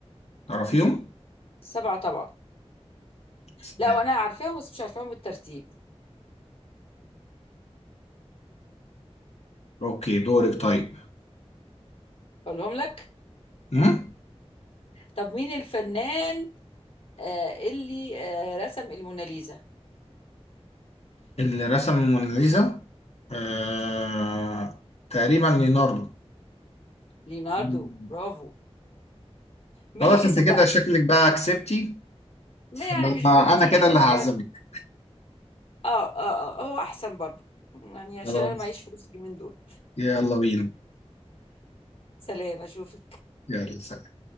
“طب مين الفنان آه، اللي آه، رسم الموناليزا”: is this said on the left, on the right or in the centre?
Left